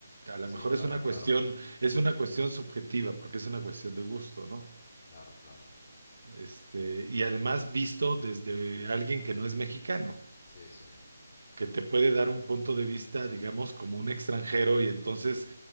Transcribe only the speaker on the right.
a lo
mejor
es una
cuestión, es una cuestión subjetiva, porque es una cuestión de gusto, ¿no?
Este, y además visto desde alguien que no es mexicano.
que te puede dar un punto de vista, digamos, como un extranjero, y entonces,